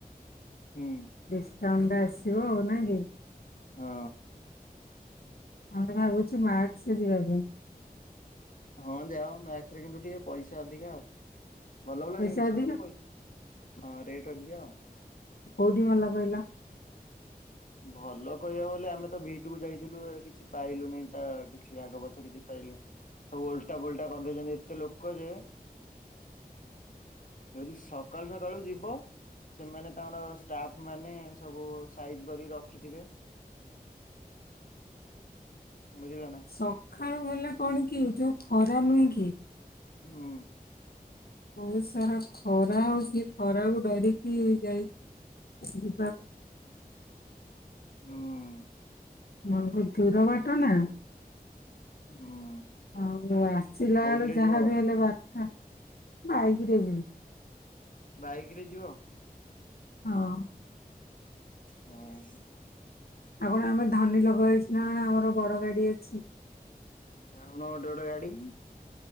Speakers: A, on the left; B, on the left.
A: ହୁଁ।
B: ଡିସକାଉଣ୍ଟଟା ଆସିବ ଆଉ ନା କି।
A: ହଁ
B: ଆମେ ଭାବୁଛୁ ମାସ୍କ ଯିବା ପାଇଁ।
A: ହଁ ଯାଅ ମ୍ୟାକ୍ସ ରେ କିନ୍ତୁ ଟିକେ ପଇସା ଅଧିକା ଆଉ। ଭଲ ଭଲ
B: ପଇସା
A: ଜିନିଷ
B: ଅଧିକ
A: କିନ୍ତୁ ପଇ ହଁ ରେଟ୍ ଅଧିକା ଆଉ।
B: କୋଉଠି ଭଲ କହିଲ?
A: ଭଲ କହିବାକୁ ଗଲେ ଆମେ ତ ଭି ଟୁ କୁ ଯାଇଥିଲୁ କିଛି ପାଇଲୁନି ତା କିଛି ଆଗ ପଛ କିଛି ପାଇଲୁ ସବୁ ଓଲଟା ପୋଲଟା କରିଦେଇଛନ୍ତି ଏତେ ଲୋକ ଯେ ଯଦି ସକାଳୁ ସକାଳୁ ଯିବ ସେମାନେ ତାଙ୍କର ଷ୍ଟାପ ମାନେ ସବୁ ସାଇଜ କରି ରଖିଥିବେ, ବୁଝିଲ ନା।
B: ସଖାଳୁ ଗଲେ କଣ କି, ଯୋଉ ଖରା ନୁହେଁ କି?
A: ହୁଁ।
B: ବହୁତ ସାରା ଖରା ହଉଛି, ଖରାକୁ ଡରିକି ଯାଇଛି।
A: ହୁଁ।
B: ବହୁତ ଦୂର ବାଟ ନା।
A: ହୁଁ
B: ଆଉ ଆସିଲା
A: କୋଉଥିରେ
B: ବେଳୁ ଯାହାବି
A: ଯିବ?
B: ହେଲେ ବାରଟା ବାଇକିରେ ଯିବି।
A: ବାଇକ ରେ ଯିବ?
B: ହଁ।
A: ହଁ ହଁ।
B: ଆଉ କଣ ଆମେ ଧନୀ ଲୋକ ହେଇଛୁ ନା କଣ ଆମର ବଡ ଗାଡି ଅଛି?
A: ଆଣୁନ ଗୋଟେ ଗୋଟେ ଗାଡି।